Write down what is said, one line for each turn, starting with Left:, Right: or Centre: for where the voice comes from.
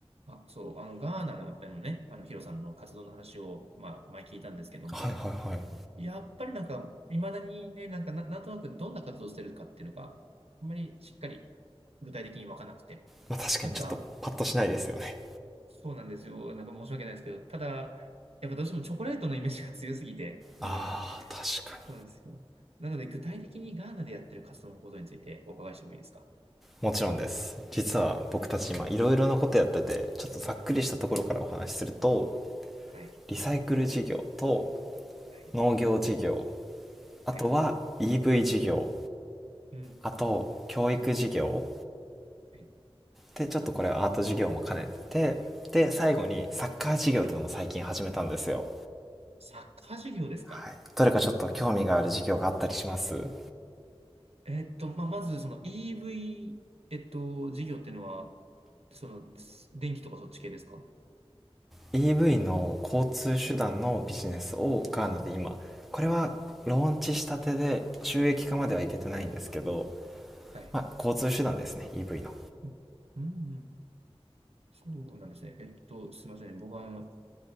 Right: あ、そう、あの、ガーナでのね、あの、ヒロさんの活動の話を、まあ、前聞いたんですけどはいも、
Centre: はいはいはい。
Right: やっぱりなんか、いまだにね、なんかな、なんとなくどんな活動してるかっていうのが、あんまりしっかり具体的にわかなくて、
Centre: まあ、確かにちょっとパッとしないですよね。
Right: なんか、そうなんですよ。なんか申し訳ないですけど、ただ、やっぱどうしてもチョコレートのイメージが強すぎて、うん、
Centre: ああ、確かに。
Right: そうなんですよ。なので、具体的にガーナでやってる活動のことについてお伺いしてもいいですか
Centre: もちろんです。実は僕たち今いろいろなことやってて、ちょっとざっくりしたところからお話しすると、
Right: はい、はい、
Centre: リサイクル事業と
Right: はい、
Centre: 農業事業、あとは
Right: はい、
Centre: EV 事業、
Right: うん、
Centre: あと教育事業
Right: はい、
Centre: でちょっとこれアート事業も兼ねてて、で最後にサッカー事業っていうのも最近始めたんですよ。
Right: はい。サッカー授業ですか
Centre: はい。どれかちょっと興味がある事業があったりします
Right: えっと、まあ、まず、その EV、えっと、事業っていうのは、その、つ電気とかそっち系ですか
Centre: EV の交通手段のビジネスをガーナで今これはローンチしたてで収益化まではいけてないんですけど、
Right: はい、はい、はい。
Centre: まあ、交通手段ですね EV の
Right: うん、うん、うんそうなんですね。えっと、すみませんね。僕は、あの